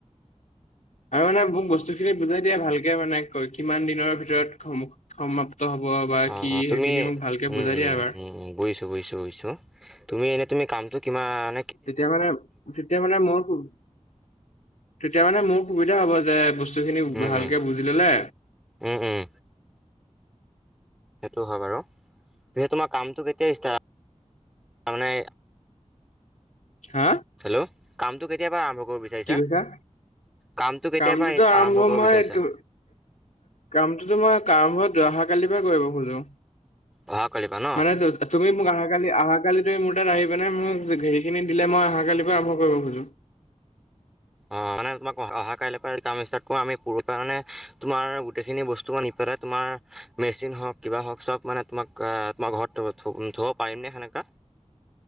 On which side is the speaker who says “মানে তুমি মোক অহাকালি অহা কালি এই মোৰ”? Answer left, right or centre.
Left